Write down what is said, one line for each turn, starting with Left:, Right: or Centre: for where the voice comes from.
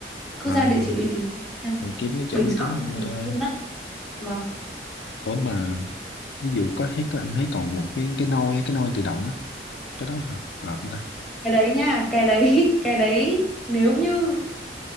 Centre: cứ
Left: à
Centre: ra địa
Left: thì,
Centre: chỉ uy tín nha.
Left: thì kiếm mấy chỗ
Centre: bình
Left: uy
Centre: sữa
Left: tín
Centre: cũng
Left: mà mua thôi
Centre: được luôn á vâng
Left: ủa mà ví dụ có thấy có anh thấy còn một cái cái nôi á, cái nôi tự động á cái đó hợp hợp không ta
Centre: cái đấy nha cái đấy <laughs> cái đấy nếu như